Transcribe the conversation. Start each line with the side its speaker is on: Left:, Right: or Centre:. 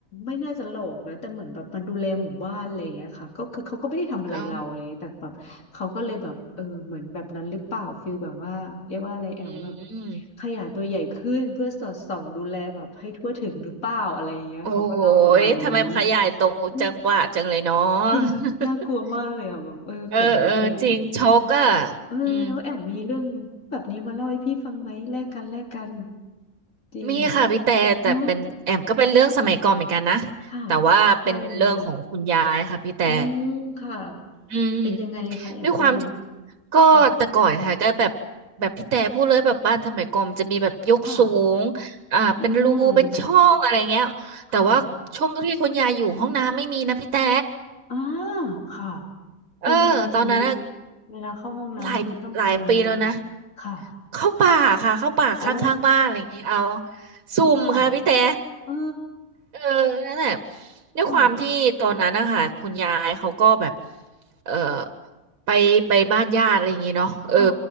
Left: ไม่น่าจะหลอกนะแต่เหมือนแบบมันดูแลหมู่บ้านอะไรอย่างเงี้ยค่ะก็คือเขาก็ไม่ได้ทำอะไรเราอะไรเงี้ยแต่แบบเขาก็เลยแบบเออเหมือนแบบนั้นหรือเปล่าฟีลแบบว่าเรียกว่าอะไรแอมแบบ
Right: เอ้าอืม
Left: ขยายตัวใหญ่ขึ้นเพื่อสอดส่องดูแลแบบให้ทั่วถึงหรือเปล่าอะไรอย่างเงี้ยเขาก็เล่าประมาณนี้
Right: โอ้ย ทำไมขยายตรงจังหวะจังเลยเนาะ
Left: อืม
Right: <laughs>
Left: จริงน่ากลัวมากเลยอ่ะแบบเออขนลุกเลยอ่ะแอม
Right: เออเออ จริง ช็อกอ่ะ
Left: เออแล้วแอมมีเรื่องแบบนี้มาเล่าให้พี่ฟังไหมแลกกันแลกกัน
Right: อืม
Left: จริง
Right: มีค่ะพี่แต่แต่เป็นแอมก็เป็นเรื่องสมัยก่อนเหมือนกันนะ
Left: อ๋อค่ะ
Right: แต่ว่าเป็นเรื่องของคุณยายค่ะพี่แต่
Left: ได้เลย อืมค่ะ
Right: อืม
Left: เป็นยังไงอะคะแอมเรื่องนี้
Right: ด้วยความที่ก็แต่ก่อนค่ะก็แบบแบบพี่แต่พูดเลยแบบบ้านสมัยก่อนมันจะมีแบบยกสูง
Left: ค่ะค่ะ
Right: อ่าเป็นรูเป็นช่องอะไรเงี้ยแต่ว่าช่วงที่คุณยายอยู่ห้องน้ำไม่มีนะพี่แต่
Left: อืมค่ะอ่าค่ะ
Right: เออตอนนั้นน่ะ
Left: เป็นยังไงทีนี้เวลาเข้าห้องน้ำคือต้องทำยังไง
Right: หลายหลายปีแล้วนะ
Left: ค่ะ
Right: เข้าป่าค่ะเข้าป่าข้างๆบ้านอะไรอย่างเงี้ยเอา
Left: โอ้
Right: สุ่มค่ะพี่แต่
Left: ค่ะเออ
Right: เออนั่นแหละด้วยความที่ตอนนั้นนะคะคุณยายเขาก็แบบ
Left: ค่ะ
Right: เออไปไปบ้านญาติอะไรอย่างงี้เนาะเออ
Left: ค่ะ